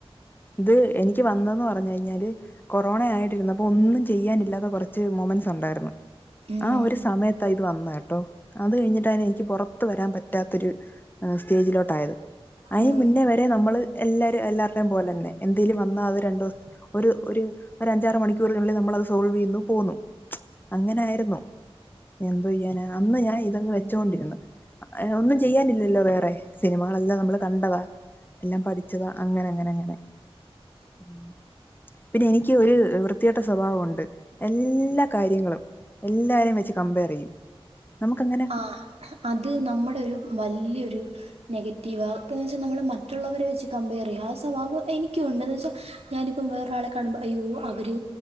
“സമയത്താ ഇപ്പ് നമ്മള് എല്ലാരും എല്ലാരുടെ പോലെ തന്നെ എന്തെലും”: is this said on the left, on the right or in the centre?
Left